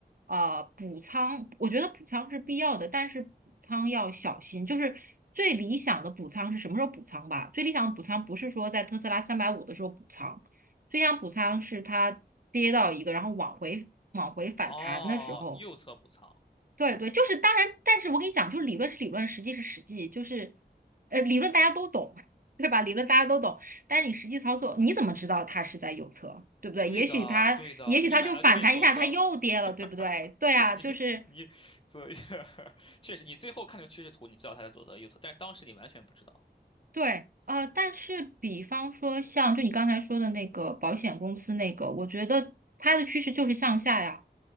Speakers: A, on the right; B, on the left.
A: 呃，补仓，我觉得补仓是必要的，但是补仓要小心，就是最理想的补仓是什么时候补仓吧？最理想的补仓不是说在特斯拉三百五的时候补仓。飞翔补仓是它跌到一个，然后往回往回反弹的时候，
B: 哦，右侧补仓
A: 对对，就是当然，但是我跟你讲，就是理论是理论，实际是实际，就是呃，理论大家都懂，<laughs> 对吧？理论大家都懂，但是你实际操作，你怎么知道它是在右侧，对不对？
B: 对的，
A: 也许它，
B: 对的，
A: 也许它就反弹一下，
B: 你买了就变左侧了。
A: 它又跌了，
B: <laughs>
A: 对不对？对啊，
B: 你你左右，
A: 就是。
B: <laughs> 确实，你最后看这个趋势图，你知道它是左侧右侧，但是当时你完全不知道。
A: 对，呃，但是比方说像就你刚才说的那个保险公司那个，我觉得它的趋势就是向下呀，